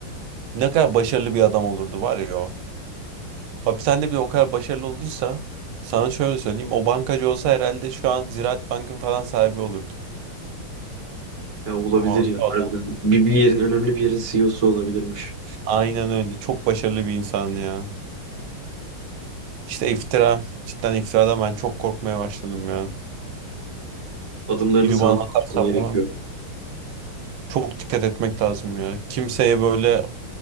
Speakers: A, on the right; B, on the right.
A: Ne kadar başarılı bir adam olurdu var ya o. Hapishanede bile o kadar başarılı olduysa sana şöyle söyleyeyim. O bankacı olsa herhalde şu an Ziraat Bank'ın falan sahibi olurdu.
B: Ya olabilir
A: Abi
B: ya
A: adam.
B: harbiden. Bir, bir yerin önemli bir yerin CEO'su olabilirmiş.
A: Aynen öyle. Çok başarılı bir insan ya. İşte iftira. Cidden iftiradan ben çok korkmaya başladım ya.
B: Adımlarını
A: Biri
B: sağlam
A: bana atarsa
B: atman gerekiyor.
A: falan çok dikkat etmek lazım ya. Kimseye böyle